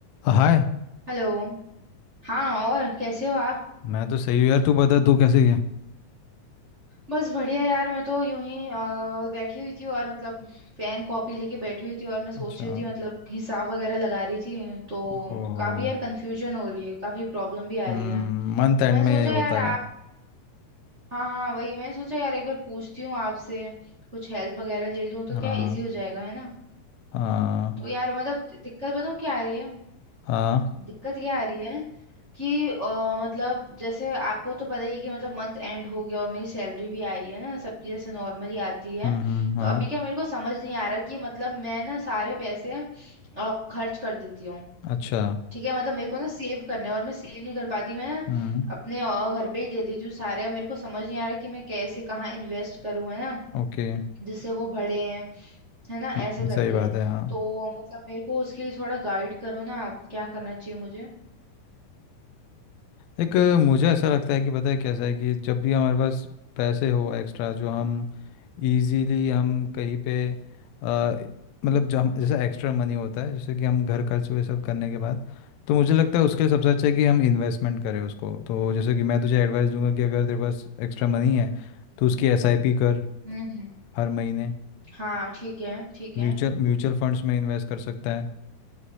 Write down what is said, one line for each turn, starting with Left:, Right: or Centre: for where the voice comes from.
Left: हाय
Right: Hello हाँ और कैसे हो आप
Left: मैं तो सही हूँ यार तू बता तू कैसी है
Right: बस बढ़िया यार मैं तो यूं ही अ, बैठी हुई थी और मतलब पेन कॉपी लेके बैठी हुई थी और मैं सोच
Left: अच्छा
Right: रही थी मतलब हिसाब वगैरह लगा रही थी तो
Left: हो
Right: काफी यार कंफ्यूजन हो रही है काफी प्रॉब्लम भी आ
Left: मंथ
Right: रही है
Left: एंड
Right: तो मैंने
Left: में
Right: सोचा
Left: होता
Right: यार आप
Left: है
Right: हाँ हाँ वही मैंने सोचा यार एक बार पूछती हूँ आपसे कुछ हेल्प वगैरह ले लूँ तो
Left: हाँ
Right: क्या इजी हो जाएगा है ना
Left: हाँ
Right: तो यार मतलब दि- दिक्कत बताऊँ क्या आ रही है
Left: हाँ
Right: दिक्कत क्या आ रही है कि अ, मतलब जैसे आपको तो पता ही है कि मतलब मंथ एंड हो गया और मेरी सैलरी भी आई है ना सबकी जैसे नॉर्मली आती है
Left: हम्म हम्म,
Right: तो
Left: हाँ
Right: अभी क्या मेरे को समझ नहीं आ रहा कि मतलब मैं ना सारे पैसे अ, खर्च कर देती हूँ
Left: अच्छा
Right: ठीक है मतलब मेरे को ना सेव करने हैं और मैं सेव नहीं कर पाती मैं ना
Left: हम्म
Right: अपने अ, घर पे ही दे देती हूँ सारे और मेरे को समझ नहीं आ रहा कि मैं कैसे कहाँ इन्वेस्ट करूँ है ना
Left: ओके
Right: जिससे वो बढ़े हैं है ना
Left: हम्म,
Right: ऐसे करके
Left: सही बात है हाँ
Right: तो मतलब मेरे को उसके लिए थोड़ा गाइड करो ना आप क्या करना चाहिए मुझे
Left: एक अ, मुझे ऐसा लगता है कि पता है कैसा है कि जब भी हमारे पास पैसे हो एक्स्ट्रा जो हम इजीली हम कहीं पे अ, मतलब जो हम जैसा एक्स्ट्रा मनी होता है जैसे कि हम घर खर्च वे सब करने के बाद तो मुझे लगता है उसके लिए सबसे अच्छा है कि हम इन्वेस्टमेंट करें उसको तो जैसे कि मैं तुझे एडवाइस दूंगा कि अगर तेरे पास एक्स्ट्रा मनी है तो उसकी एसआईपी कर
Right: हम्म
Left: हर महीने
Right: हाँ ठीक है ठीक है
Left: म्यूचुअल म्यूचुअल फंड्स में इन्वेस्ट कर सकता है